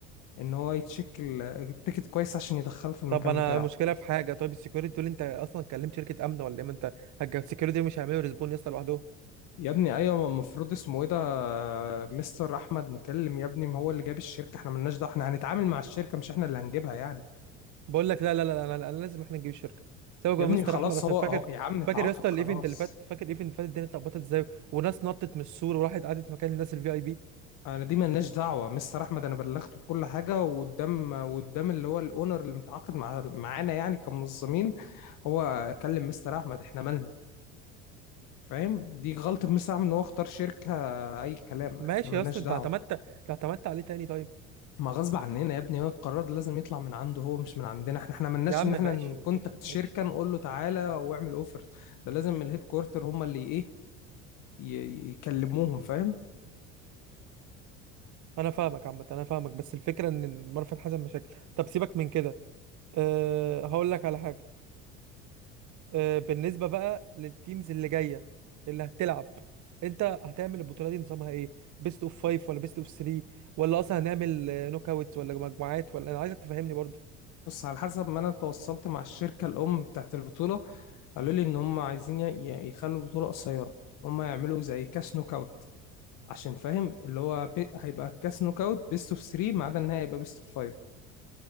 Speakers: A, on the left; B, on the right.
A: ان هو يتشيك ال- التيكت كويس عشان يدخله في المكان
B: طب انا
A: بتاعه
B: مشكله في حاجه طيب السكيورتي دول انت اصلا كلمت شركه امن ولا ايه ما انت السكيورتي مش هيعملوا ريسبون يا اسطى لوحدهم
A: يا ابني ايوه ما المفروض اسمه ايه ده مستر احمد مكلم يا ابني ما هو اللي جاب الشركه احنا مالناش دعوه احنا هنتعامل مع الشركه مش احنا اللي هنجيبها يعني
B: بقول لك لا لا لا لا, لا, لا لازم احنا نجيب الشركه سيبك
A: يا
B: يا
A: ابني
B: مستر
A: خلاص
B: احمد عشان
A: هو
B: فاكر
A: هو- يا عم اتعاقد
B: فاكر يا اسطى
A: خلاص
B: الايفنت اللي فات فاكر الايفنت اللي فات الدنيا اتلخبطت ازاي وناس نطت من السور وراحت قعدت مكان الناس الفي اي بي
A: انا دي ملناش دعوه مستر احمد انا بلغته بكل حاجه وقدام وقدام اللي هو الاونر اللي متعاقد مع معانا يعني كمنظمين هو كلم مستر احمد احنا مالنا فاهم دي غلطه مستر احمد ان هو اختار شركه اي كلام
B: ماشي
A: احنا ملناش
B: يا اسطى انت
A: دعوه
B: اعتمدت انت اعتمدت عليه تاني طيب
A: ما غصب عننا يا ابني هو القرار ده لازم يطلع من عنده هو مش من عندنا احنا احنا ملناش
B: يا عم
A: ان
B: ماشي
A: احنا نكونتاكت
B: ماشي
A: شركه
B: ماشي
A: نقول له تعالى واعمل اوفرز ده لازم الهيد كوارتر هم اللي ايه ي- يكلموهم فاهم
B: انا فاهمك عامه انا فاهمك بس الفكره ان مرفت حسن مشاكل طب سيبك من كده أه هقول لك على حاجه آه، بالنسبة بقى للتيمز اللي جاية اللي هتلعب انت هتعمل البطولة دي نظامها ايه بيست اوف فايف ولا بيست اوف ثري ولا اصلا هنعمل نوك اوتس ولا مجموعات ولا انا عايزك تفهمني برضو
A: بص على حسب ما انا تواصلت مع الشركه الام بتاعت البطوله قالوا لي ان هم عايزين ي- ي- يخلوا البطوله قصيره هم يعملوا زي كاس نوك اوت عشان فاهم اللي هو بي... هيبقى كاس نوك اوت بيست اوف 3 ما عدا النهائي هيبقى بيست اوف 5